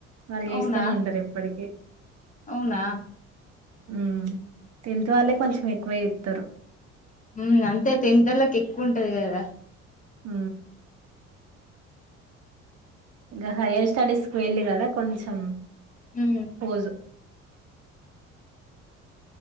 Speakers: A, on the right; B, on the left.
A: వాళ్ళు చేస్తానే
B: అవునా
A: ఉంటారు ఇప్పటికి
B: అవునా
A: హ్మ్మ్ టెన్త్త్ వాళ్ళే కొంచెం ఎక్కువ చేస్తారు
B: హంట్అంతే టెన్త్ వాళ్ళకి ఎక్కువ ఉంటది కదా రా
A: ఆ ఇంకా హయ్యర్ స్టడీస్ కి పోయిర్రు కదా కొంచెం
B: ఉమ్
A: పోజు